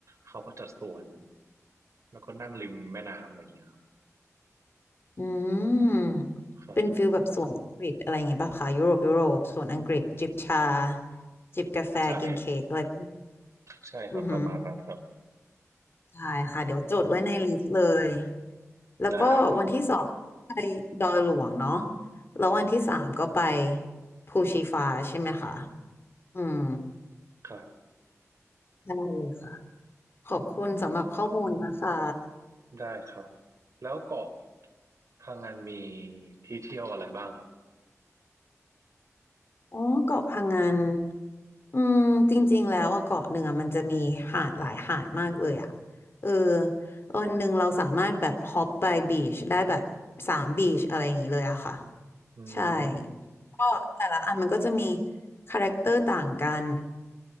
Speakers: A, on the right; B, on the left.
A: เขาก็จัดสวนแล้วก็นั่งริมแม่น้ำอะไรอย่างเงี้ยครับ
B: อืม
A: ครับ
B: เป็นฟิลแบบสวนอังกฤษอะไรอย่างเงี้ยป่ะคะยุโรปยุโรปสวนอังกฤษจิบชาจิบกาแฟกินเค้กอะไรพวก
A: ใช่ใช่ครับประมาณนั้นครับ
B: อือหือใช่ค่ะเดี๋ยวจดไว้ในลิสต์เลยแล้วก็วันที่สองไปดอยหลวงเนาะ
A: ได้ครับ
B: แล้ววันที่สามก็ไปภูชีฟ้าใช่ไหมคะอืม
A: ครับ
B: ได้เลยค่ะขอบคุณสำหรับข้อมูลนะคะ
A: ได้ครับแล้วเกาะพังงานมีที่เที่ยวอะไรบ้างครับ
B: อ๋อเกาะพังงานอืมจริงๆแล้วอะเกาะหนึ่งอะมันจะมีหาดหลายหาดมากเลยอะเออวันหนึ่งเราสามารถแบบฮอปไปบีชได้แบบสามบีชอะไรอย่างนี้เลยอะค่ะ
A: อื
B: ใช่
A: ม
B: ก็แต่ละอันมันก็จะมีคาแรคเตอร์ต่างกัน